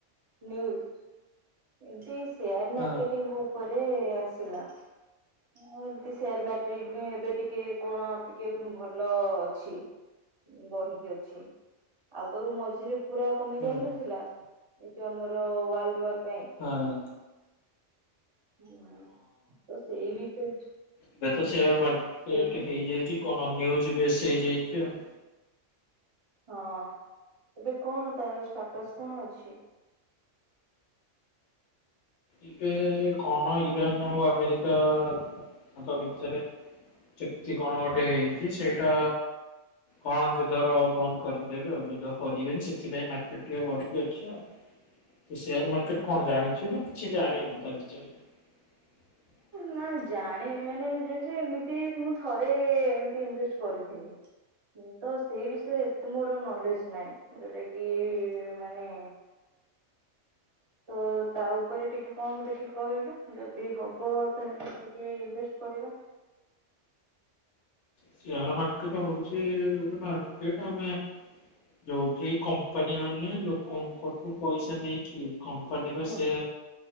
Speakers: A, on the right; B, on the left.
A: <unintelligible> ଏମିତି ସେୟାର
B: ହୁଁ
A: ମାର୍କେଟିଙ୍ଗ ଉପରେ ଆସିଲା। ହଁ ଏମିତି ସେୟାର ମାର୍କେଟ ଏବେ ଟିକେ କଣ ଟିକେ ଭଲ ଅଛି। ବଢିକି ଅଛି, ଆଗରୁ ମଝିରେ ପୁରା କମି
B: ହୁଁ
A: ଯାଇନଥିଲା?
B: ହୁଁ
A: ଏ ଯୋଉ ଆମର ୱାର୍ଲଡ ୱାର ପାଇଁ।
B: ହଁ।
A: ହଁ ତ ସେଇ ବି ତ
B: ଏବେ
A: ହୁଁ
B: ତ ସେୟାର ମାର୍କେଟ୍
A: ସେଇ
B: ହେଇଯାଇଛି କଣ ନିଉଜ୍ ବେଶେ ହେଇଯାଇଚି ଆଉ।
A: ହଁ ଏବେ କଣ ତାର ଷ୍ଟାଟସ୍ କଣ ଅଛି?
B: ଏବେ କଣ ଇରାନ ଆଉ ଆମେରିକା ତାଙ୍କ ଭିତରେ ଚୁକ୍ତି କଣ ଗୋଟେ ହେଇଚି। ସେଇଟା କଣ ଯୁଦ୍ଧର ବନ୍ଦ କରିଦେବେ। ଏ ଯୁଦ୍ଧ କରିବେନି ସେଥିପାଇଁ ମାର୍କେଟ୍ ଟିକେ ବଢିକି ଅଛି ଆଉ। ତୁ ସେୟାର ମାର୍କେଟ୍ କଣ ଜାଣିଛୁ ନା କିଛି ଜାଣିିନୁ ତା ବିଷୟରେ? ହଁ
A: ନା ଜାଣିନି, ମାନେ ଜାଣିଛ ଏମିତି ମୁଁ ଥରେ ଏମତି ଇନଭେଷ୍ଟ କରିଥିଲି। ତ ସେଇ ବିଷୟରେ ଏତେ ମୋର ନଲେଜ୍ ନାଇ। ଯୋଉଟା କି ମାନେ ତ ତା ଉପରେ ଟିକେ କଣ ଦେଖି କହିଲୁ? ଯଦ ତି ହବ ତାହେଲେ ଟିକେ ଇନଭେଷ୍ଟ କରିବା।
B: ସେୟାର୍ ମାର୍କେଟ୍ ହଉଛି ଗୋଟେ ମାର୍କେଟ୍ ଆମେ ଯୋଉଠି କମ୍ପାନୀ ମାନେ ଲୋକଙ୍କଠୁ ପଇସା ନେଇକି କମ୍ପାନୀର
A: ହୁଁ
B: ସେ